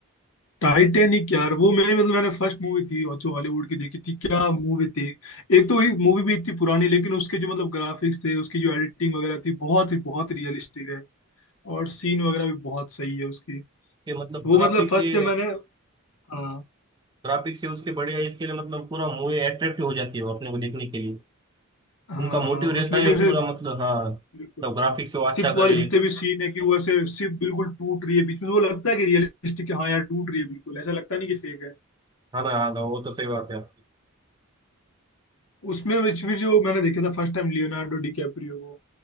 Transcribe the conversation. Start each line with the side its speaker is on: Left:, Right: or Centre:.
Left: टाइटैनिक यार वो मेरी मतलब मैंने फर्स्ट मूवी थी और जो हॉलीवुड की देखी थी क्या मूवी थी एक तो ये मूवी भी इतनी पुरानी लेकिन उसके जो मतलब ग्राफिक्स थे उसकी जो एडिटिंग वगैरह थी बहुत ही बहुत रियलिस्टिक है और सीन वगैरह भी बहुत सही है उसकी
Right: के मतलब
Left: वो
Right: ग्राफिक्स
Left: मतलब फर्स्ट
Right: से
Left: जब मैंने हाँ
Right: ग्राफिक्स से उसके बढ़िया इसके लिए मतलब पूरा मूवी अट्रैक्टिव हो जाती है वो अपने को देखने के लिए
Left: हाँ
Right: उनका मोटिव रहता
Left: उसमें
Right: है
Left: जो ऐसे
Right: पूरा मतलब हाँ मतलब
Left: बिल्कुल
Right: ग्राफिक्स वो अच्छा
Left: शिप वाले
Right: करे
Left: जितने भी सीन है कि वो ऐसे शिप बिल्कुल टूट रही है बीच में तो वो लगता है कि रियलिस्टिक है हाँ यार टूट रही है बिल्कुल ऐसा लगता नहीं कि फेक है
Right: है ना हाँ ना, वो तो सही बात है
Left: उसमें which भी जो मैंने देखा था फर्स्ट टाइम लियोनार्डो डिकैप्रियो को